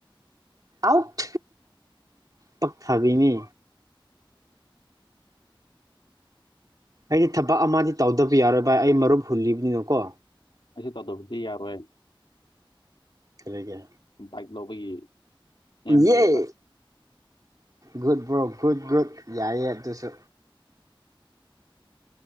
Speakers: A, on the right; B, on the left.
A: ꯑꯥꯎꯠ ꯄꯛꯊꯥꯕꯤꯃꯤ ꯑꯩꯗꯤ ꯊꯕꯛ ꯑꯃꯗꯤ ꯇꯧꯗꯕ ꯌꯥꯔꯣꯏ ꯚꯥꯏ ꯑꯩ ꯃꯔꯨꯞ ꯍꯨꯜꯂꯤꯕꯅꯤꯅꯀꯣ
B: ꯑꯩ ꯇꯧꯗꯕꯨꯗꯤ ꯌꯥꯔꯣꯏ
A: ꯈꯔꯒꯦ
B: ꯕꯥꯏꯛ ꯂꯧꯕꯒꯤ ꯑꯦꯝ
A: ꯌꯦꯏ
B: ꯂꯩꯌꯦꯕ
A: ꯒꯨꯗ ꯕ꯭ꯔꯣ ꯒꯨꯗ ꯒꯨꯗ ꯌꯥꯏꯌꯦ ꯑꯗꯨꯁꯨ